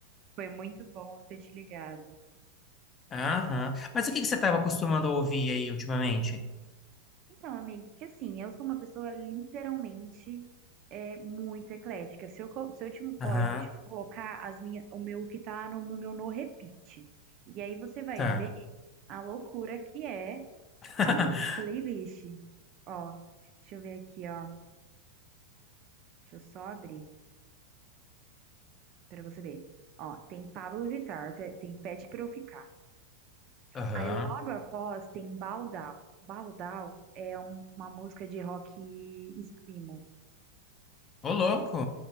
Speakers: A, on the right; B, on the left.
A: Foi muito bom eu ter te ligado.
B: Aham. Mas o que que você estava acostumando a ouvir aí ultimamente?
A: Então, amigo, que assim, eu sou uma pessoa literalmente é, muito eclética. Se eu, co- se eu te.
B: Aham.
A: Ó, eu vou te colocar as minhas, o meu que tá no, no meu no repeat. E aí você vai
B: Tá.
A: ver a loucura que é.
B: <laughs>
A: Amiga, playlist. Ó, deixa eu ver aqui, ó. Deixa eu só abrir pra você ver. Ó, tem Pablo Vittar, te- tem Pede Pra Eu Ficar.
B: Aham.
A: Aí logo após tem Baldal. Baldal é um- uma música de rock screamo.
B: Ô, louco.